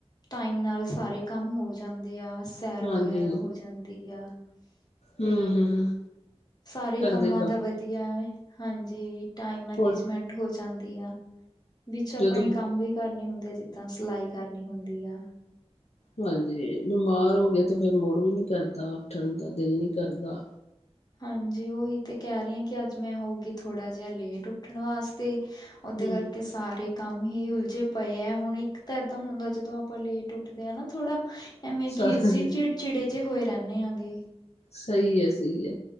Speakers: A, on the left; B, on the left.
A: ਟਾਈਮ ਨਾਲ ਸਾਰੇ ਕੰਮ ਹੋ ਜਾਂਦੇ ਆ। ਤੈਰ
B: ਹਾਂਜੀ
A: ਵਗੈਰਾ ਹੋ ਜਾਂਦੀ ਆ। ਤੇ,
B: ਹਮ ਹਮ ਹਮ
A: ਸਾਰੇ
B: ਕਰਦੇ
A: ਕੰਮਾਂ
B: ਕੰਮ
A: ਦਾ ਵਧੀਆ ਹਾਂਜੀ। ਟਾਈਮ ਮੈਨੇਜਮੈਂਟ
B: ਹੋਰ
A: ਹੋ ਜਾਂਦੀ ਆ। ਵਿੱਚ ਆਪਣੇ
B: ਜਦੋਂ
A: ਕੰਮ ਵੀ ਕਰਨੇ ਹੁੰਦੇ ਆ। ਜਿੱਦਾਂ ਸਿਲਾਈ ਕਰਨੀ ਹੁੰਦੀ ਆ।
B: ਹਾਂਜੀ, ਬਿਮਾਰ ਹੋ ਗਏ ਤੇ ਫੇਰ, ਮੁੜ ਵੀ ਨੀ ਕਰਦਾ ਉੱਠਣ ਦਾ, ਦਿਲ ਨੀ ਕਰਦਾ।
A: ਹਾਂਜੀ, ਉਹੀ ਤੇ ਕਹਿ ਰਹੀ ਹਾਂ। ਕਿ ਅੱਜ ਮੈਂ ਹੋਊਗੀ, ਥੋੜਾ ਜਿਹਾ ਲੇਟ ਉੱਠਣ ਵਾਸਤੇ। ਉਹਦੇ
B: ਹਮ
A: ਕਰਕੇ ਸਾਰੇ ਕੰਮ ਹੀ ਉਲਝੇ ਪਏ ਹੈ। ਹੁਣ ਇੱਕ ਤਾਂ ਏਦਾਂ ਹੁੰਦਾ ਜਦੋਂ, ਆਪਾਂ ਲੇਟ ਉੱਠਦੇ ਹਾਂ ਨਾ ਥੋੜਾ। ਐਵੇਂ
B: ਸ
A: ਖੀਰ ਜੀ, ਚਿੜਚਿੜੇ ਜਿਹੇ ਹੋਏ ਰਹਿੰਦੇ ਆਂਗੇ।
B: ਸਹੀ ਹੈ, ਸਹੀ ਹੈ।